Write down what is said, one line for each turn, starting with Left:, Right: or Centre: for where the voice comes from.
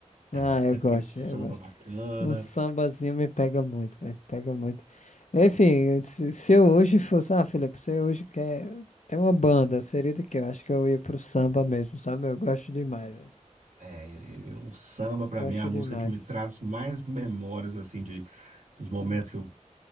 Left: Ah,
Right: É, sempre
Left: eu gosto,
Right: aquele samba
Left: eu gosto.
Right: bacana.
Left: Um sambazinho me pega muito, velho. Pega muito. Enfim, se, se eu hoje fosse. Ah, Felipe, se eu hoje quer ter uma banda, seria de quê? Eu acho que eu ia pro samba mesmo, sabe? Eu gosto demais, velho.
Right: É, e- e o samba, pra
Left: Gosto
Right: mim, é a música
Left: demais,
Right: que me traz mais memórias, assim, de, dos momentos
Left: cara.
Right: que eu